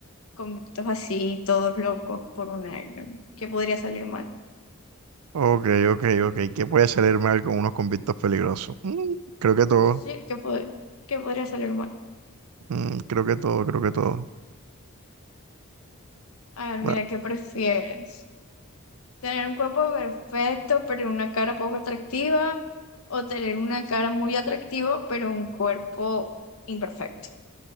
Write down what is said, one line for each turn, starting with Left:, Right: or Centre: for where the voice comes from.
Left: convictos así, todos locos por un año? ¿Qué podría salir mal?
Right: Ok, ok, ok. ¿Qué puede salir mal con unos convictos peligrosos? Mm, creo que todo.
Left: Sí, ¿qué, pod- qué podría salir mal?
Right: Mm, creo que todo, creo que todo.
Left: A ver,
Right: Bueno,
Left: mira, ¿qué prefieres? ¿Tener un cuerpo perfecto pero una cara poco atractiva? ¿O tener una cara muy atractiva pero un cuerpo imperfecto?